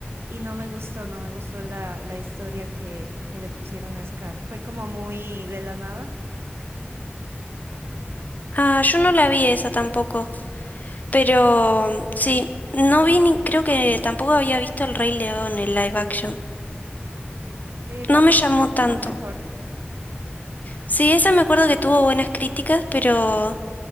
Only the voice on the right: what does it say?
Y no me gustó, no me gustó la, la historia que, que le pusieron a Scar. Fue como muy de la nada.
Eh, la
primera
es
como mejor.